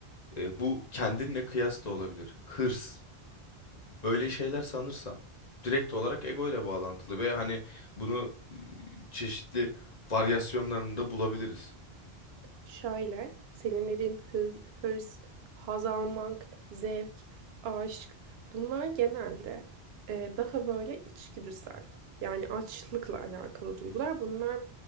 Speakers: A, on the left; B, on the right.
A: e, bu kendinle kıyas da olabilir. Hırs böyle şeyler sanırsam direkt olarak ego ile bağlantılı ve hani bunu e, çeşitli varyasyonlarında bulabiliriz.
B: Şöyle, senin dediğin hız, hırs, haz almak, zevk, aşk bunlar genelde e, daha böyle içgüdüsel. Yani açlıkla alakalı duygular. Bunlar